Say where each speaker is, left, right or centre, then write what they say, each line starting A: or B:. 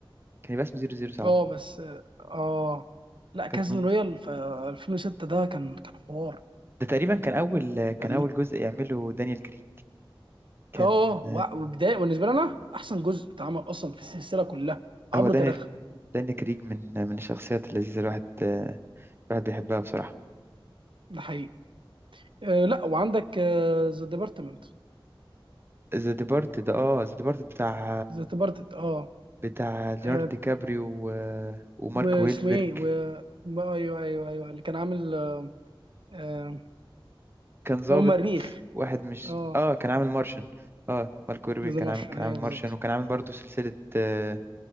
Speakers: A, on the right; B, on the right.
A: كان يبقى اسمه 007
B: اه بس اه لا كازينو
A: كانت منطقة
B: رويال في 2006 ده كان كان حوار
A: ده تقريبا كان أول كان
B: فاهمني
A: أول جزء يعمله دانيال كريج كان
B: اه و- وبدايه بالنسبه لي انا احسن جزء اتعمل اصلا في السلسله كلها عبر
A: هو دانيال
B: تاريخها
A: دانيال كريج من من الشخصيات اللذيذة الواحد الواحد بيحبها بصراحة
B: ده حقيقي آه لا وعندك ذا ديبارتمنت
A: ذا ديبارت ده اه ذا ديبارت بتاع
B: ذا ديبارتمنت اه
A: بتاع ليوناردو
B: آه،
A: دي كابريو و... ومارك
B: واسمه
A: ويلبرج
B: ايه و ما- ايوه ايوه ايوه اللي كان عامل آه
A: كان ظابط
B: هو مريخ
A: واحد مش
B: اه
A: اه كان عامل مارشن اه مارك ويربي
B: ذا
A: كان
B: مارشن
A: عامل كان
B: ايوه
A: عامل مارشن
B: بالظبط
A: وكان عامل برضو سلسلة آه،